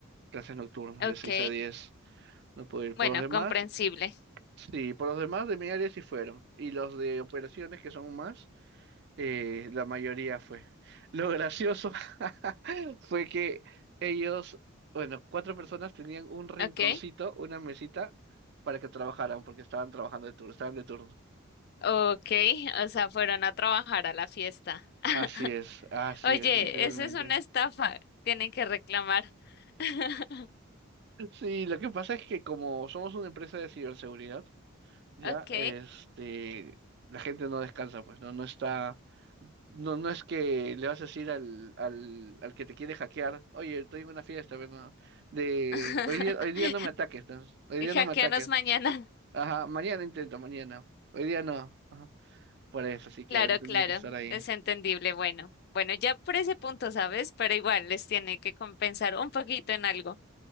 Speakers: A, on the right; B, on the left.
A: clases nocturnas
B: Ok,
A: de seis a diez. No pude ir
B: bueno,
A: por los demás.
B: comprensible.
A: Sí, por los demás de mi área sí fueron. Y los de operaciones, que son más, eh, la mayoría fue. Lo gracioso <laughs> fue que ellos, bueno, cuatro personas tenían un rinconcito,
B: Ok,
A: una mesita, para que trabajaran, porque estaban trabajando de turno, estaban de turno.
B: ok, o sea, fueron a trabajar a la fiesta. <laughs>
A: Así es, así
B: Oye,
A: es, literalmente.
B: eso es una estafa, tienen que reclamar. <laughs>
A: Sí, lo que pasa es que como somos una empresa de ciberseguridad, ya,
B: Ok.
A: este, la gente no descansa, pues, ¿no? No está No, no es que le vas a decir al, al, al que te quiere hackear, oye, estoy en una fiesta, pero no, de
B: <laughs>
A: hoy día, hoy día no me ataques, ¿no? Hoy día no
B: Hackeanos
A: me ataques.
B: mañana.
A: Ajá, mañana intento, mañana. Hoy día no. Ajá, Por eso, así que
B: Claro,
A: han tenido
B: claro,
A: que estar ahí.
B: es entendible. Bueno, bueno, ya por ese punto, ¿sabes? Pero igual les tiene que compensar un poquito en algo,